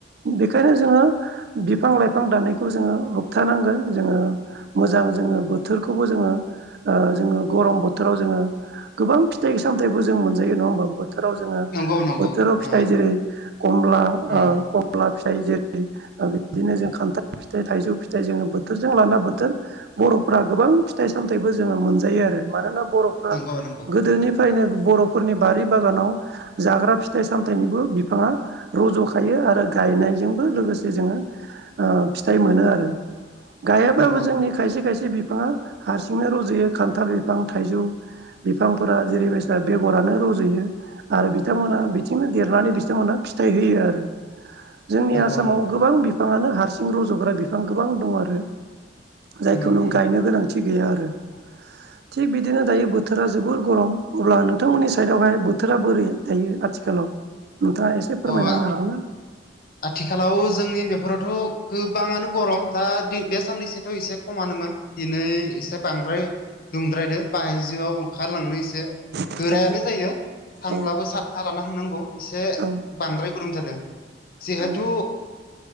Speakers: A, on the right (about 65°); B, on the left (about 55°).
A: बेखायनो जोङो बिफां लाइफां दाननायखौ जोङो होबथानांगोन जोङो मोजां जोङो बोथोरखौबो जोङो जोङो गरम बोथोराव जोङो गोबां फिथाइ सामथायबो जों मोनजायो नङाोमबा बोथोराव जोङो
B: नंगौ नंगौ
A: बोथोराव
B: ओ
A: फिथाइ जेरै कमला
B: उम
A: कमला फिथाइ जेरै बिदिनो जों खान्थाल फिथाइ थाइजौ फिथाइ जोङो बोथोरजों लाना बोथोर बर'फ्रा गोबां फिथाइ सामथायाइबो जोङो मोनजायो आरो मानोना बर'फ्रा
B: नंगौ नंगौ
A: गोदोनि फ्रायनो बर'फोरनि बारि बागानाव जाग्रा फिथाइ सामथायाइनिबो बिफाङा रज'खायो आरो गायनायजोंबो लोगोसे जोङो फिथाइ मोनो आरो
B: <inaudible> <unintelligible>
A: गायाब्लाबो
B: नंगौ
A: जोंनि खायसे खायसे बिफाङा हारसिंनो रज'यो खान्थाल बिफां थाइजौ बिफांफोरा जेरैबाय बेगरानो रज'यो आरो बिथांमोनहा बिथिंनो देरनानै बिथांमोनहा फिथाइ होयो आरो
B: <inaudible>
A: जोंनि
B: नंगौ
A: आसामाव
B: नंगौ
A: गोबां बिफाङानो हारसिं रज'ग्रा बिफां गोबां दं आरो। जायखौ
B: उम
A: नों
B: उम
A: गायनो गोनांथि गैया आरो। थिग बिदिनो दायो बोथोरा जोबोर गरम अब्ला नोंथांमोननि साइदावहाय बोथोरा बोरै दायो? आथिखालाव नोंथाङा एसे फोरमायना
B: अ माबा
A: होनो
B: आथिखालाव जोंनि बेफोरावथ' गोबाङानो गरम। दा बे बे साननैसोथ' एसे खमानोमोन। दिनै एसे बांद्राय दुंद्रायदो बाहायजोआव ओंखारलांनो एसे
A: हागोन
B: गोरायानो जायो थांब्लाबो
A: ना? औ
B: साथा लाना थांनांगौ एसे
A: औ
B: बांद्राय गरम जादों। जिहेथु
A: औ